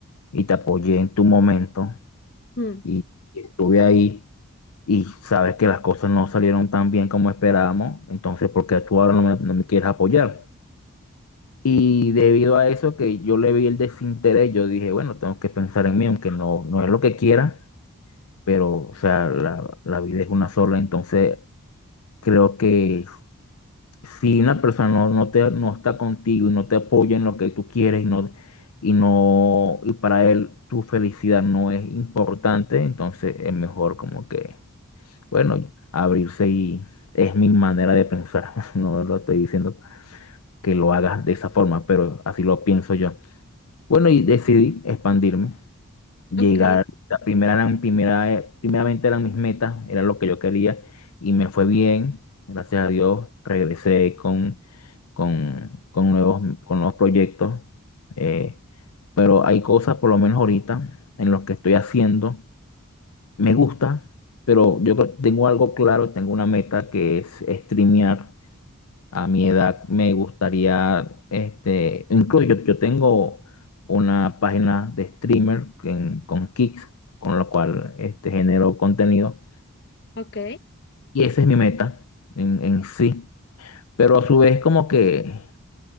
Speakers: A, on the left; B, on the left.
A: y te apoyé en tu momento
B: mm,
A: y y estuve ahí y sabes que las cosas no salieron tan bien como esperábamos, entonces, ¿por qué tú ahora no me no me quieres apoyar? Y debido a eso que yo le vi el desinterés, yo dije, bueno, tengo que pensar en mí, aunque no, no es lo que quiera, pero, o sea, la, la vida es una sola, entonces creo que si una persona no, no te, no está contigo y no te apoya en lo que tú quieres y no, y no, y para él tu felicidad no es importante, entonces es mejor como que, bueno, abrirse y es mi manera de pensar, <laughs> no lo estoy diciendo que lo hagas de esa forma, pero así lo pienso yo. Bueno, y decidí expandirme, llegar,
B: ok,
A: la primera eran, primera, eh, primeramente eran mis metas, era lo que yo quería y me fue bien, gracias a Dios, regresé con, con, con nuevos, con nuevos proyectos, eh, pero hay cosas, por lo menos ahorita, en los que estoy haciendo, me gusta, pero yo creo- tengo algo claro, tengo una meta que es streamear a mi edad me gustaría, este, incluso yo, yo tengo una página de streamer en- con Kicks, con lo cual este, genero contenido.
B: ok.
A: Y esa es mi meta en, en sí. Pero a su vez como que